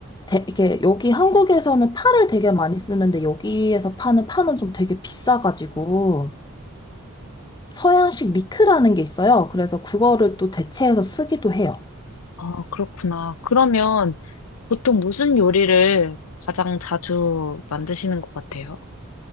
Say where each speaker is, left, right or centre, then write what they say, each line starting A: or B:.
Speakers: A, on the left (about 20°); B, on the left (about 85°).
A: 대, 이게 여기 한국에서는 파를 되게 많이 쓰는데 여기에서 파는 파는 좀 되게 비싸가지고, 서양식 미크라는 게 있어요. 그래서 그거를 또 대체해서 쓰기도 해요.
B: 아, 그렇구나. 그러면 보통 무슨 요리를 가장 자주 만드시는 것 같아요?